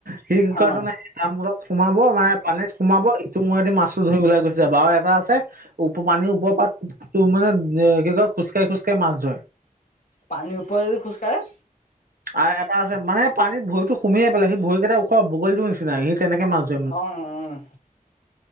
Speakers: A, on the right; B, on the left.
A: সি কি
B: হা
A: কয় তাৰমানে কাম মূৰত সোমাব মানে পানীত সোমাব ইটো মূৰেদি মাছটো ধৰি ওলাই গুচি যাব আৰু এটা আছে ওপ পানীৰ ওপৰৰ পাত তোৰ মানে কি কয় খোজকাঢ়ি-খোজকাঢ়ি মাছ ধৰে।
B: পানীৰ ওপৰেদি খোজ কাঢ়ে?
A: আৰ এটা আছে মানে পানীত ভৰিতো সুমিয়ে পেলাই সি ভৰিকেইটা ওখ বগলীটোৰ নিচিনা সি তেনেকে মাছ ধৱে মানে।
B: উম,